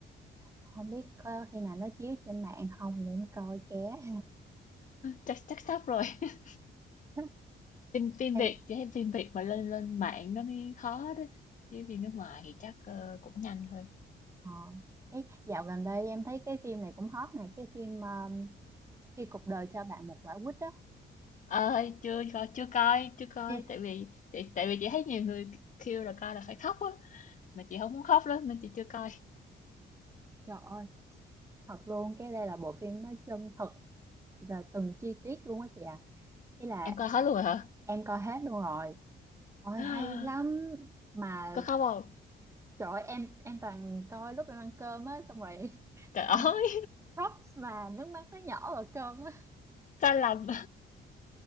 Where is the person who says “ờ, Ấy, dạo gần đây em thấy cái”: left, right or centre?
Right